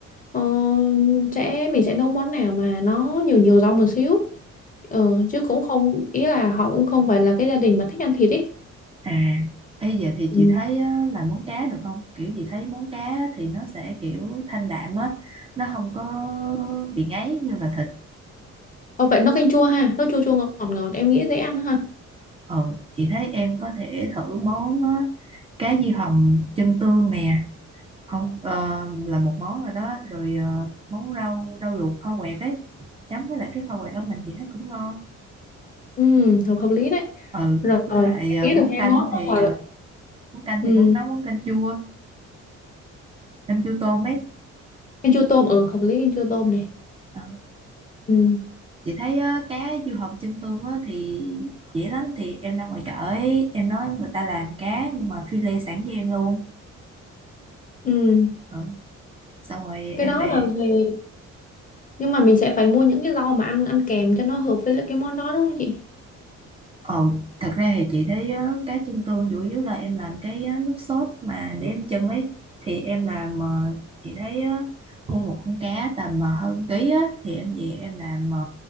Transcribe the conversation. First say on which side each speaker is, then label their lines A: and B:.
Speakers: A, on the left (about 25°); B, on the right (about 20°).
A: ờ, sẽ mình sẽ nấu món nào mà nó nhiều nhiều rau một xíu. Ờ, chứ cũng không ý là họ cũng không phải là cái gia đình mà thích ăn thịt ấy.
B: à bây giờ thì
A: Ừ.
B: chị thấy ờ, làm món cá được không kiểu chị thấy món cá thì nó sẽ kiểu thanh đạm á nó không có bị ngấy như là thịt
A: Ờ, vậy nấu canh chua ha, nấu chua chua ngọt ngọt em nghĩ dễ ăn ha.
B: ừ chị thấy em có thể thử món ờ, cá diêu hồng chân tương nè không ờ, là một món rồi đó rồi ờ, món rau rau luộc kho quẹt ấy chấm với lại cái kho quẹt ở mình chị thấy cũng ngon
A: Ừ, hợp hợp lý đấy.
B: ừ
A: Rồi,
B: với lại
A: em
B: à,
A: nghĩ
B: món
A: được hai
B: canh
A: món
B: thì
A: đó
B: à,
A: là
B: món canh
A: ừ,
B: thì món nấu món canh chua canh chua tôm ấy
A: canh chua tôm, ừ, hợp lý canh chua tôm này.
B: Ờ,
A: Ừ,
B: chị thấy á, cá diêu hồng chân tương á, thì dễ lắm thì em ra ngoài chợ ấy em nói người ta làm cá nhưng mà phi lê sẵn cho em luôn
A: ừ.
B: ừ. xong rồi
A: Cái
B: em
A: đó
B: về
A: là về nhưng mà mình sẽ phải mua những cái rau mà ăn ăn kèm cho nó hợp với lại cái món đó đúng không chị?
B: Ờ, thật ra thì chị thấy á, cái chân tương chủ yếu là em làm cái á, nước sốt mà để em chân ấy thì em làm ờ, chị thấy á, mua một con cá tầm ờ, hơn ký á thì em về em làm ờ,